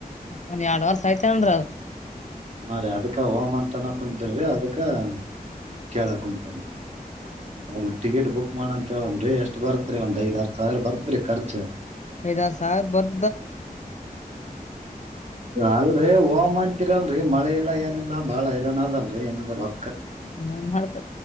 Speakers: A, on the left; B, on the right.
A: ಒನ್ ಎರಡ್ ವರ್ಸ ಆಯ್ತೇನ್ರೀ ಅದು.
B: ಹಾ ರೀ ಅದಕ್ಕೆ ಹಮಂತ ತನ ಕುಂತರ್ವಿ ಅದಕ್ಕೆ ಹ ಕೇಳ ಕುಂಂತರ ಹಿ ಟಿಕೆಟ್ ಬುಕ್ ಮಾಡಂತ ಹೇಳನ್ರಿ, ಎಷ್ಟ್ ಬರತ್ರಿ ಒಂದ್ ಐದ್ ಆರ್ ಸಾವಿರ ಬರ್ತ್ ಆದ್ರೆ ಖರ್ಚ
A: ಸೈದಾರ್ ಸಾವಿರ್ ಬರ್
B: ಅಲ್ರಿ ಹಓಂತರಲ್ರಿ ಮಳೆ ಇಲ್ಲ ಏನಿಲ್ಲಾ ಬಾಳ ಇರೋಣ ಅದಲ್ರರಿ ಹಿಂಗ ರೊಕ್
A: ನನ್ ಮಾಡ್ತ